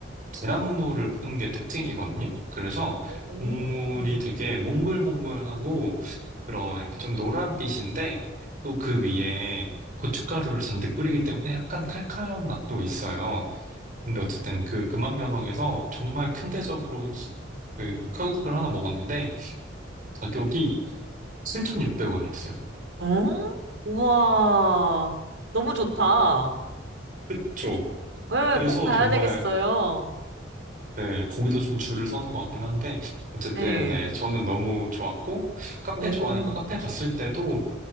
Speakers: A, on the right; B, on the right.
A: 계란물을 푼 게 특징이거든요. 그래서
B: 오.
A: 국물이 되게 몽글몽글하고 그런 이렇게 좀 노란빛인데 또 그 위에 고춧가루를 잔뜩 뿌리기 때문에 약간 칼칼한 맛도 있어요. 근데 어쨌든
B: 음.
A: 그 금암면옥에서 정말 큰 대접으로 수- 그 칼국수를 하나 먹었는데 가격이 7,600원이었어요.
B: 어? 우와. 너무 좋다.
A: 그쵸.
B: 네,
A: 그래서
B: 꼭 가야
A: 정말
B: 되겠어요.
A: 네, 거기도 좀 줄을 서는 것 같긴 한데, 어쨌든,
B: 네.
A: 네, 저는 너무 좋았고, 카페
B: 오.
A: 좋아하니까 카페 갔을 때도,